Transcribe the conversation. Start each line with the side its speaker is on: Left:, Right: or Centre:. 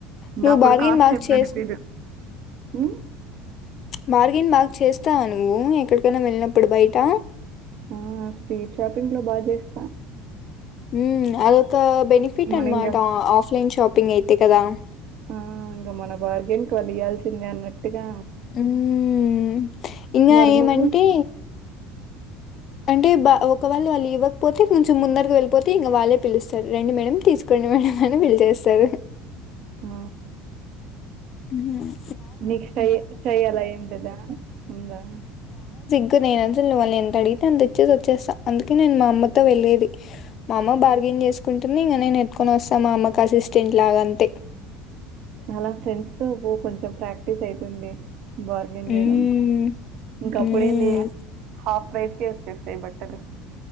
Right: ఇంకా
Left: నువ్వు
Right: అప్పుడు
Left: బార్గెయిన్
Right: కాస్ట్
Left: బాగా
Right: తీసిందండి
Left: చేస్
Right: మీరు ఉహ్
Left: మ్చ్ బార్గెన్ మాగ్ చేస్తావా నువ్వు ఎక్కడికైనా వెళ్ళినప్పుడు బయట
Right: ఆ స్ట్రీట్ షాపింగ్ లో బాగా చేస్తా
Left: హుమ్ ఆదోద్ కా బెనిఫిట్
Right: మనింగ
Left: అన్నమాట ఆఫ్లైన్ షాపింగ్ అయితే కదా
Right: ఆ! ఇంగ మన బార్గెన్ కోనియాల్సిందే అన్నట్టు ట్జుగ
Left: హ్మ్. ఇంగా
Right: మరి
Left: ఏమంటే
Right: నువ్వు
Left: అంటే బా ఒక వాళ్ళ వాళ్ళు ఇవ్వకపోతే కొంచెం ముందరకి వెళ్ళిపోతే ఇంగా వాళ్ళే పిలుస్తారు రండి మేడమ్ తీసుకోండి మేడం అని బిల్ చేస్తారు
Right: ఆ!
Left: ఉహూమ్
Right: నీకు సై సై అలా ఉంటదా ఉంగా
Left: ఇ నేనది తెళ్ళవాళని ఎంత అడిగితే అంత తెచ్చేది వచ్చేస్తాను అందుకే నేను మా అమ్మతోళ్లేది మా అమ్మ బార్గెన్ చేసుకుంటునే ఇంక నేను ఎట్టుకొని వస్తాను మా అమ్మకి అసిస్టెంట్ లాగా అంతే
Right: అలా ఫ్రెండ్స్ తో పో కొంచెం ప్రాక్టీస్ అయితుంది బార్గెన్
Left: హ్మ్.
Right: చేయడం ఇంక
Left: హ్మ్.
Right: అప్పుడ ఏంది హాఫ్ ప్రైస్ కే వచ్చేస్తాయ్ బట్టలు